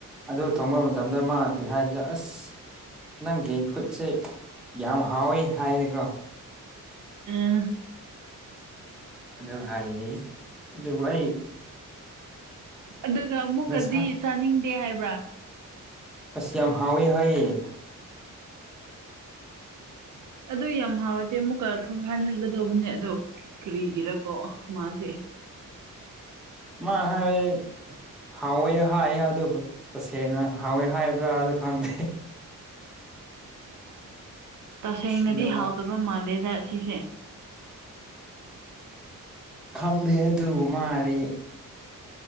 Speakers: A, in the centre; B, on the right.
A: ꯑꯗꯨ ꯊꯣꯡꯕ ꯃꯇꯝꯗ ꯃꯥ ꯀ <unintelligible> ꯍꯥꯏꯁꯦ ꯑꯁ ꯅꯪꯒꯤ ꯈꯨꯠꯁꯦ ꯌꯥꯝ ꯍꯥꯎꯋꯦ ꯍꯥꯏꯅꯤꯀꯣ
B: ꯎꯝ
A: ꯑꯗꯨ ꯍꯥꯏꯌꯦ ꯑꯗꯨꯕꯨ ꯑꯩ
B: ꯑꯗꯨꯒ ꯑꯃꯨꯛꯀꯗꯤ
A: ꯉꯁꯥ
B: ꯆꯥꯅꯤꯡꯗꯦ ꯍꯥꯏꯕ꯭ꯔꯥ
A: ꯑꯁ ꯌꯥꯝ ꯍꯥꯎꯋꯦ ꯍꯥꯎꯌꯦ
B: ꯑꯗꯨ ꯌꯥꯝ ꯍꯥꯎꯔꯗꯤ ꯑꯃꯨꯛꯀ ꯊꯣꯡꯍꯟꯒꯗꯧꯕꯅꯦ ꯑꯗꯣ ꯀꯔꯤꯒꯤꯔꯀꯣ ꯃꯥꯁꯦ
A: ꯃꯥ ꯍꯥꯏꯔ‌ꯦ ꯍꯥꯎꯋꯦ ꯍꯥꯏꯌꯦ ꯑꯗꯨꯕꯨ ꯇꯁꯦꯡꯅ ꯍꯥꯎꯋꯦ ꯍꯥꯏꯕ꯭ꯔꯥ ꯑꯗꯨ ꯈꯪꯗꯦ
B: ꯇꯁꯦꯡꯅꯗꯤ
A: ꯑꯗꯨ
B: ꯍꯥꯎꯗꯕ ꯃꯥꯜꯂꯦꯗ ꯑꯁꯤꯁꯦ
A: ꯈꯪꯗꯦ ꯑꯗꯨꯕꯨ ꯃꯥꯗꯤ